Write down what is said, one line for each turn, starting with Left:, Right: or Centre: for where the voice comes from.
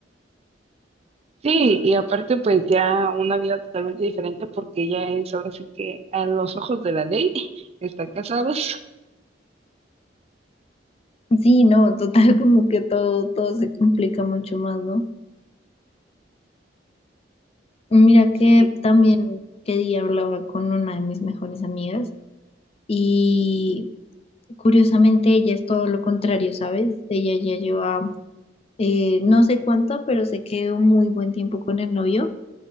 Right: Sí, y aparte pues ya una vida totalmente diferente porque ella es ahora sí que a los ojos de la ley <laughs> están casados.
Left: Sí, no, total, <laughs> como que todo, todo se complica mucho más, ¿no? Mira
Right: Sí,
Left: que también que día hablaba con una de mis mejores amigas y curiosamente ella es todo lo contrario, ¿sabes? Ella ya lleva eh, no sé cuánto, pero se quedó muy buen tiempo con el novio